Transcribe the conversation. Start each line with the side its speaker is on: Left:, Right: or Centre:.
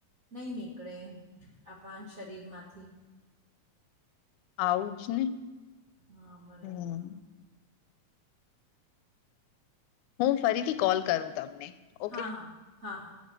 Right: નહીં નીકળે આપણા શરીરમાંથી
Left: આવુંજ ને
Right: હા બરાબર
Left: હમ્મ હું ફરીથી કોલ કરું, તમને ઓકે
Right: હા હા હા હા